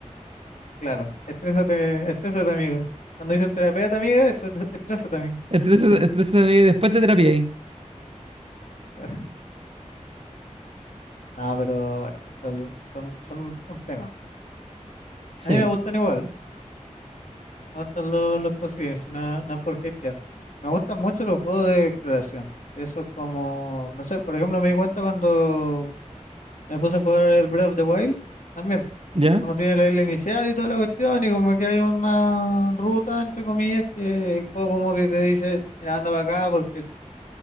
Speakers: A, on the left (about 80°); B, on the right (about 50°).
A: Claro, estrésate, estrésate, amiga. Cuando dicen terapeuta, amiga, estres- estrésate, amiga.
B: Estresa- Estrésate y después te terapia ahí.
A: Claro. <laughs> No, pero bueno, son, son, son un tema.
B: Sí,
A: A mí me gustan igual, me gustan los, los cosiden, si no, no es por hatear. Me gustan mucho los juegos de exploración. Eso es como, no sé, por ejemplo, me di cuenta cuando me puse a jugar el Breath of the Wild, también.
B: ya,
A: Uno tiene la isla inicial y toda la cuestión, y como que hay una ruta, entre comillas, que el juego como que te dice, mira, anda para acá, porque